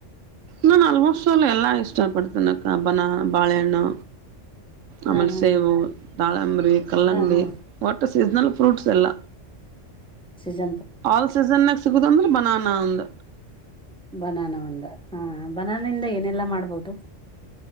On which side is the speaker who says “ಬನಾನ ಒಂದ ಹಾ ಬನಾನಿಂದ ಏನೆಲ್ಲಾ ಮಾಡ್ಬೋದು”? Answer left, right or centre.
Centre